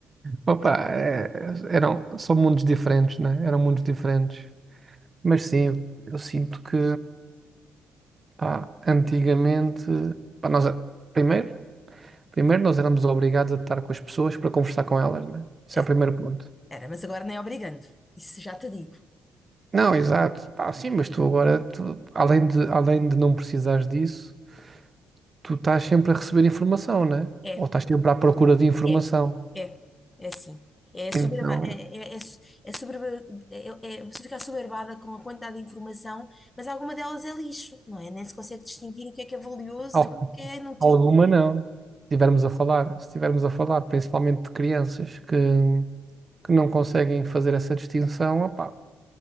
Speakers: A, on the right; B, on the left.
A: Opa, é- eram, são mundos diferentes, né? Eram mundos diferentes. Mas sim, eu sinto que, pá, antigamente, pá, nós, é, primeiro, primeiro nós éramos obrigados a estar com as pessoas para conversar com elas, né? Esse é o
B: Era,
A: primeiro ponto.
B: era, mas agora nem obrigando, isso já te digo.
A: Não, exato. Pá, sim, mas tu agora, tu, além de, além de não precisares disso, tu estás sempre a receber informação, né?
B: É,
A: Ou estás sempre à procura de informação.
B: é, é, é assim. É,
A: Então,
B: soberba, é, é, é, é, soberba- é, é você fica soberbada com a quantidade de informação, mas alguma delas é lixo, não é? Nem se consegue distinguir o que é que é valioso
A: ao
B: daquilo que é inútil.
A: Alguma não. Se estivermos a falar, se estivermos a falar principalmente de crianças que, que não conseguem fazer essa distinção, opá,